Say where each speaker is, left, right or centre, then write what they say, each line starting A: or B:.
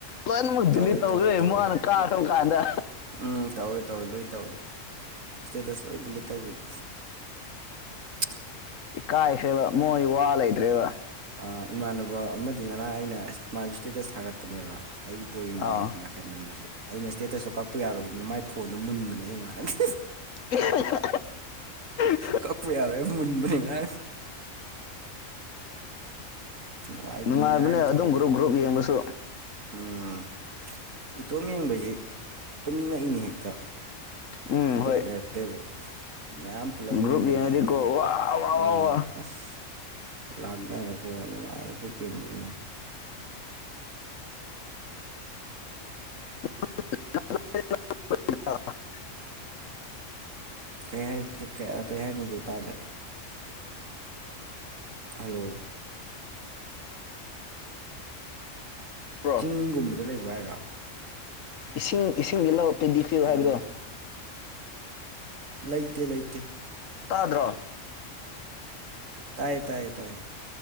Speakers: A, on the left (about 75°); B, on the right (about 75°).
A: ꯂꯣꯏꯅꯃꯛ
B: ꯇꯧꯋꯦ
A: ꯗꯤꯂꯤꯠ ꯇꯧꯒ꯭ꯔꯦ
B: ꯇꯧꯋꯦ ꯇꯧꯋꯦ
A: ꯃꯥꯅ ꯀꯥꯔꯕ ꯀꯥꯟꯗ
B: ꯎꯝ ꯇꯧꯋꯦ ꯇꯧꯋꯦ ꯂꯣꯏ ꯇꯧꯋꯤ ꯏꯁꯇꯦꯇꯁ ꯂꯣꯏ ꯗꯤꯂꯤꯠ ꯇꯧꯒꯤꯕꯗꯣ <inaudible>
A: ꯏꯀꯥꯏꯈ꯭ꯔꯦꯕ ꯃꯣꯏ ꯋꯥ ꯂꯩꯇ꯭ꯔꯦꯕ
B: ꯑ ꯏꯃꯥꯟꯅꯕ ꯑꯃꯗꯤ ꯉꯔꯥꯡ ꯑꯩꯅ ꯃꯥꯁꯨ ꯏꯁꯇꯦꯇꯁ ꯊꯥꯒꯠꯄꯅꯦꯕ ꯑꯩꯒꯤ ꯕꯣꯜ ꯌꯦꯡꯃꯤꯟꯅꯩꯕ
A: ꯑꯥ
B: ꯅ ꯀꯟꯗ ꯃꯥꯖꯨ ꯑꯩꯅ ꯏꯁꯇꯦꯇꯁꯇꯣ ꯀꯛꯄ ꯌꯥꯔꯣꯏꯗꯅ ꯃꯥꯏ ꯐꯣꯟꯗꯣ ꯃꯨꯟꯕꯅꯦ ꯑꯩꯅ ꯉꯔꯥꯡꯗꯤ
A: ꯎꯝ <unintelligible>
B: ꯀꯛꯄ ꯌꯥꯔꯣꯏꯅ ꯃꯨꯟꯕꯅꯤ ꯉꯔꯥꯡ ꯅꯨꯡꯉꯥꯏꯕꯤꯅꯤ
A: ꯅꯨꯡꯉꯥꯏꯕꯅꯦ
B: ꯉꯔꯥꯡ ꯇꯧꯋꯤ
A: ꯑꯗꯨꯝ ꯒ꯭ꯔꯨꯞ ꯒ꯭ꯔꯨꯞ ꯌꯦꯡꯕꯁꯨ
B: ꯎꯝ ꯏꯇꯣꯝ ꯌꯦꯡꯕꯖꯤ ꯇꯨꯝꯅꯤꯡꯉꯛꯏꯅꯦ ꯍꯦꯛꯇ
A: ꯎꯝ ꯍꯣꯏ
B: ꯕꯤꯠ ꯂꯩꯔꯛꯇꯦꯕ ꯃꯌꯥꯝ ꯄꯨꯂꯞ ꯌꯦꯡꯃꯤꯟꯅꯔꯛꯑꯗꯤ
A: ꯒ꯭ꯔꯨꯞ ꯌꯦꯡꯉꯗꯤꯀꯣ ꯋꯥ ꯋꯥ
B: ꯎꯝ
A: ꯋꯥ ꯋꯥ
B: ꯑꯁ ꯂꯥꯛꯅꯔꯕꯣ ꯅꯨꯡꯉꯥꯏ ꯒ꯭ꯔꯨꯞ ꯌꯦꯡꯕꯖꯤꯅ
A: <unintelligible>
B: ꯀꯩ ꯍꯥꯏꯅꯣ ꯀꯩ ꯀꯩ ꯍꯥꯏꯅꯣ ꯕ꯭ꯔꯣ ꯇꯥꯗ꯭ꯔꯦ ꯍꯥꯜꯂꯣ
A: ꯕ꯭ꯔꯣ
B: ꯆꯤꯡꯒꯨꯝꯕꯗ ꯂꯩꯕ꯭ꯔꯥ ꯍꯥꯏꯔꯣ
A: ꯏꯁꯤꯡ ꯏꯁꯤꯡꯗꯤ ꯂꯧ ꯄꯦꯟꯗꯤ ꯐꯤꯜ
B: ꯍꯜꯂꯣ
A: ꯍꯥꯏꯕꯗꯣ
B: ꯂꯩꯇꯦ ꯂꯩꯇꯦ
A: ꯇꯥꯗ꯭ꯔꯣ
B: ꯇꯥꯏꯌꯦ ꯇꯥꯏꯌꯦ ꯇꯥꯏꯌꯦ